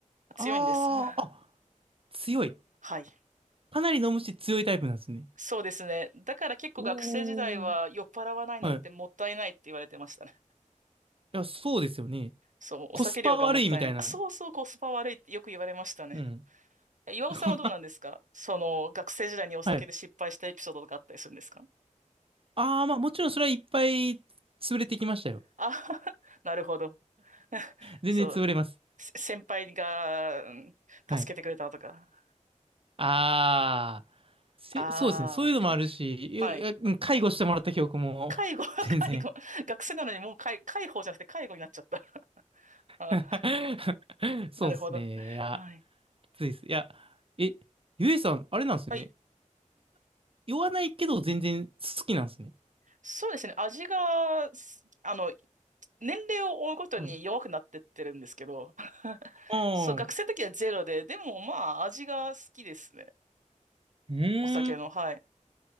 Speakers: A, on the right (about 45°); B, on the right (about 70°).
A: ああ、
B: 強いんです。<laughs>
A: あ、強い。
B: はい。
A: かなり飲むし強いタイプなんですね。
B: そうですね。だから結構学生時代は酔っ払わないなんてもったいないって言われてましたね。
A: おー。はい。いや、そうですよね。
B: そう、お酒量がもったいない。
A: コスパ悪いみたいな。
B: あ、そうそう、コスパ悪いってよく言われましたね。
A: うん。
B: え岩尾さんはどうなんですかその、
A: <laughs>
B: 学生時代にお酒で失敗したエピソードとかあったりするんですか
A: はい。ああ、まあもちろんそれはいっぱい潰れてきましたよ。
B: あ、<laughs> なるほど。
A: 全然潰れます。
B: そう、せ先輩が、うん助けてくれたとか。
A: はいああ、せ、
B: ああ、
A: そうですね。そういうのもあるし、ええうん介護してもらった記憶も、
B: はい。介護、
A: <laughs>
B: <laughs>
A: 全然。
B: 介護。学生なのにもう介、介抱じゃなくて介護になっちゃった。<laughs> あ
A: <laughs> そうですね。
B: ー、なるほど。
A: いや、
B: はい。
A: きついです。いや、え、ゆえさん、あれなんですね。
B: はい
A: 言わないけど全然好きなんですね。
B: そうですね。味が、すあの、年齢を追うごとに弱くなってってるんですけど、
A: はい。
B: <laughs>
A: ああ、
B: そう、学生の時はゼロで、
A: はい。
B: でもまあ、味が好きですね。
A: うーん。
B: お酒の、はい。